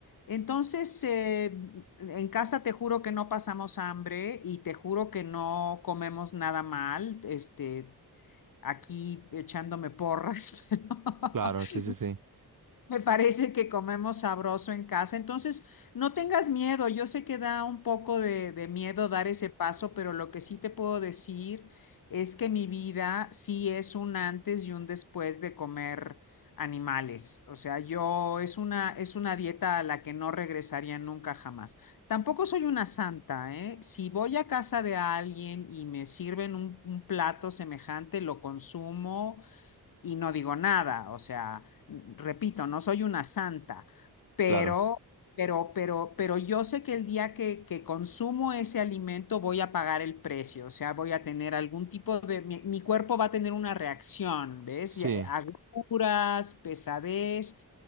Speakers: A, on the left; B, on the right.
A: Entonces, eh, en casa te juro que no pasamos hambre y te juro que no comemos nada mal. Este, aquí echándome porras, pero <laughs>
B: claro, sí, sí, sí,
A: me parece que comemos sabroso en casa. Entonces, no tengas miedo. Yo sé que da un poco de, de miedo dar ese paso, pero lo que sí te puedo decir es que mi vida sí es un antes y un después de comer animales. O sea, yo es una, es una dieta a la que no regresaría nunca jamás. Tampoco soy una santa, ¿eh? Si voy a casa de alguien y me sirven un, un plato semejante, lo consumo y no digo nada, o sea, n- repito, no soy una santa, pero,
B: claro,
A: pero, pero, pero yo sé que el día que, que consumo ese alimento voy a pagar el precio, o sea, voy a tener algún tipo de, mi, mi cuerpo va a tener una reacción, ¿ves?
B: sí.
A: Ya, eh, Agruras, pesadez.